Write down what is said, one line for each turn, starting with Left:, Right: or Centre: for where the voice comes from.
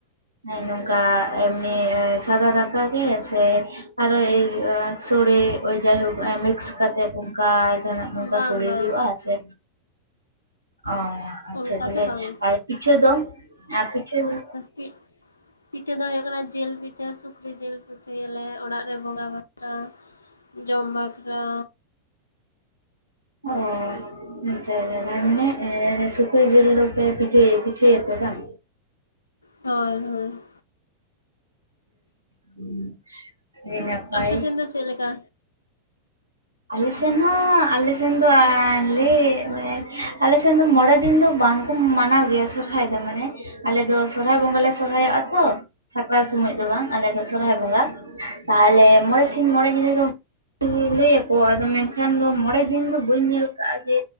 Right: ᱦᱮᱸ ᱱᱚᱝᱠᱟ ᱮᱢᱱᱤ ᱥᱟᱫᱟ ᱫᱟᱠᱟ ᱜᱮ ᱥᱮ ᱟᱨᱚ ᱮᱤ ᱥᱚᱲᱮ ᱳᱭ ᱡᱟᱭ ᱦᱳᱠ ᱢᱤᱠᱥ ᱠᱟᱛᱮᱫ ᱚᱱᱠᱟ ᱡᱟᱦᱟ ᱱᱟᱜ ᱱᱚᱝᱠᱟ
Left: ᱵᱟᱝ
Right: ᱥᱳᱲᱮ
Left: ᱵᱟᱝ
Right: ᱦᱩᱭᱩᱜ-ᱟ ᱥᱮ᱾ ᱚᱸ ᱟᱪᱪᱷᱟ
Left: ᱚᱱᱠᱟ
Right: ᱛᱟᱦᱚᱞᱮ
Left: ᱫᱚ ᱵᱟᱝ
Right: ᱟᱨ ᱯᱤᱴᱷᱟᱹ ᱫᱚ ᱯᱤᱴᱷᱟᱹ ᱫᱚ᱾
Left: ᱯᱤᱡ- ᱯᱤᱴᱷᱟᱹ ᱫᱚ ᱦᱳᱭᱳᱜ ᱠᱟᱱᱟ ᱡᱮᱞ ᱯᱤᱴᱷᱟᱹ ᱥᱩᱠᱨᱤ ᱡᱮᱞ ᱯᱤᱴᱷᱟᱹᱭ ᱟᱞᱮ ᱚᱲᱟᱜ ᱨᱮ ᱵᱚᱸᱜᱟ ᱵᱟᱠᱷᱨᱟ, ᱡᱚᱢ ᱵᱟᱠᱷᱨᱟ᱾
Right: ᱚ ᱟᱪᱪᱷᱟ ᱟᱪᱪᱷᱟ
Left: ᱱᱤᱭᱟᱹ᱾
Right: ᱛᱟᱨ ᱢᱟᱱᱮ ᱮᱸ ᱥᱩᱠᱨᱤ ᱡᱮᱞ ᱫᱚᱯᱮ ᱯᱤᱴᱷᱟᱹᱭᱟ ᱯᱤᱴᱷᱟᱹᱭ ᱟᱯᱮ ᱵᱟᱝ᱾
Left: ᱦᱳᱭ ᱦᱳᱭ᱾
Right: ᱦᱩᱸ ᱟᱹᱰᱤ ᱱᱟᱯᱟᱭ᱾
Left: ᱟᱯᱮ ᱥᱮᱱ ᱫᱚ ᱪᱮᱫ ᱞᱮᱠᱟ
Right: ᱟᱞᱮᱥᱮᱱ ᱦᱚᱸ ᱟᱞᱮᱥᱮᱱ ᱫᱚ ᱟᱸᱞᱮᱻ ᱢᱟᱱᱮ ᱟᱞᱮᱥᱮᱱ ᱫᱚ ᱢᱚᱲᱮ ᱫᱤᱱ ᱫᱚ ᱵᱟᱝ ᱠᱚ ᱢᱟᱱᱟᱣ ᱜᱮᱭᱟ ᱥᱚᱨᱦᱟᱭ ᱫᱚ ᱢᱟᱱᱮ ᱟᱞᱮ ᱫᱚ ᱥᱚᱨᱦᱟᱭ ᱵᱚᱸᱜᱟ ᱞᱮ ᱥᱚᱨᱦᱟᱭᱚᱜᱼᱟ ᱛᱚ ᱾ ᱥᱟᱠᱨᱟᱛ ᱥᱩᱢᱟᱹᱡ ᱫᱚ ᱵᱟᱝ ᱟᱞᱮ ᱫᱚ ᱥᱚᱨᱦᱟᱭ ᱵᱚᱸᱜᱟ, ᱛᱟᱦᱚᱞᱮ ᱢᱚᱬᱮ ᱥᱤᱧ ᱢᱚᱬᱮ ᱜᱤᱫᱽᱨᱟᱹ ᱫᱚ ᱞᱟᱹᱭᱟ ᱠᱚ ᱟᱫᱚ ᱢᱮᱱᱠᱷᱟᱱ ᱫᱚ ᱢᱚᱬᱮ ᱫᱤᱱ ᱫᱚ ᱵᱟᱹᱧ ᱧᱮᱞ ᱠᱟᱜᱼᱟ ᱡᱮ